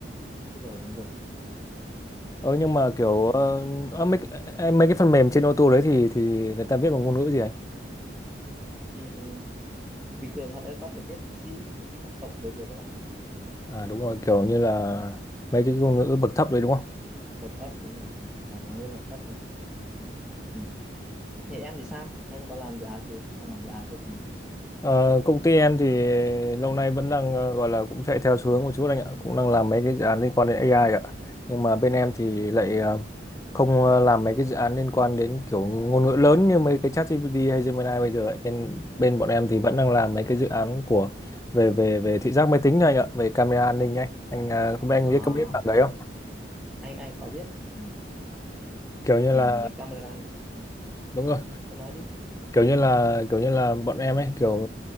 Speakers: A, in the centre; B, on the left (about 15°).
A: Đúng rồi, đúng rồi. Ừ.
B: Ờ nhưng mà kiểu
A: ừ.
B: ờ, ờ, mấy, cái- em- mấy cái phần mềm trên ô tô đấy thì thì người ta viết bằng ngôn ngữ gì anh?
A: Ừ. bình thường họ có thể viết bằng C hoặc là C cộng cộng đều được các bạn
B: À đúng rồi, kiểu như là mấy cái ngôn ngữ bậc thấp đấy đúng không?
A: bậc thấp đúng rồi bằng ngôn ngữ bậc thấp thôi ừ. Thì em thì sao em có làm dự án gì đang làm dự án về phần nào
B: Ờ, công ty em thì lâu nay vẫn đang ờ, gọi là cũng chạy theo xu hướng một chút anh ạ, cũng đang làm mấy cái dự án liên quan đến AI ạ. Nhưng mà bên em thì lại ờ, không ờ, làm mấy cái dự án liên quan đến kiểu ngôn ngữ lớn như mấy cái ChatGPT hay Gemini bây giờ ấy. Bên bên bọn em thì
A: Ồ.
B: vẫn đang làm mấy cái dự án của về về về thị giác máy tính thôi anh ạ, về camera an ninh ấy. Anh ờ, không biết anh
A: à
B: biết có biết bạn đấy không?
A: anh anh có biết ừ.
B: Kiểu như
A: Ừ.
B: là
A: Đấy camera ừ.
B: đúng rồi.
A: em nói đi
B: kiểu như là kiểu như là bọn em ấy kiểu